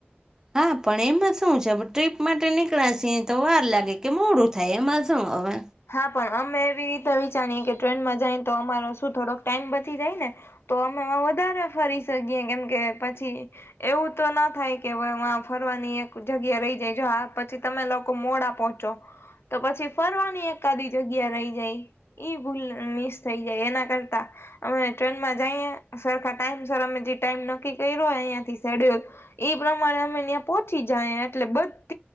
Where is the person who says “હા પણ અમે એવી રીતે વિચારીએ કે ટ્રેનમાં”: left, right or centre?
Left